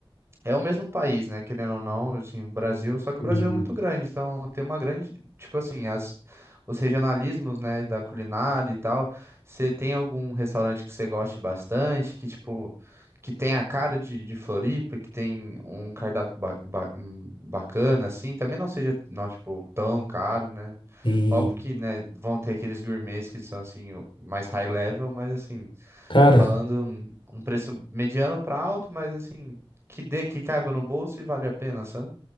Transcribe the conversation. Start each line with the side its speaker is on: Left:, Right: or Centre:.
Right: é o mesmo país, né? Querendo ou não, assim, Brasil, só que
Left: Sim,
Right: o Brasil é muito grande, então tem uma grande, tipo assim, as, os regionalismos, né, da culinária e tal. Você tem algum restaurante que você goste bastante, que tipo, que tem a cara de, de Floripa, que tem um cardápio ba- ba- hum, bacana, assim, também não seja, não, tipo, tão caro, né?
Left: sim.
Right: Óbvio que, né, vão ter aqueles gourmets que são, assim, o- mais high level, mas, assim,
Left: Cara,
Right: falando um um preço mediano para alto, mas, assim, que dê, que caiba no bolso e vale a pena, sabe?